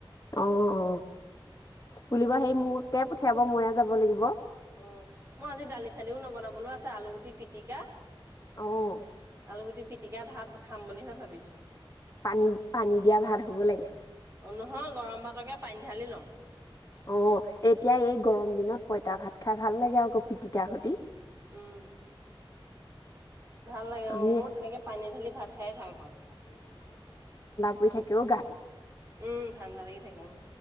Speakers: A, on the left; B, on the right.
A: অ অ বুলিব
B: হে
A: সেই মোকে পঠিয়াব ময়ে যাব লাগিব
B: অ' মই আজি দালি চালিও নবনাবলৈও আছে আলুগুটি পিটিকা
A: অ',
B: আলুগুটি পিটিকা ভাত, খাম বুলিহে ভাবিছোঁ।
A: পানী পানী দিয়া ভাত হ'ব লাগে,
B: অ নহয় গৰম ভাতকে পানী ঢালি লম।
A: অ' এতিয়া এই গৰম দিনত পঁইতা ভাত খাই ভাল লাগে আকৌ পিটিকা সতি।
B: উম ভাল লাগে
A: আমি
B: অ' মই তেনেকে পানী ঢালি ভাত খাইে ভাল পাওঁ।
A: শুই থাকেও গাটো
B: উম ঠাণ্ডা লাগি থাকে উ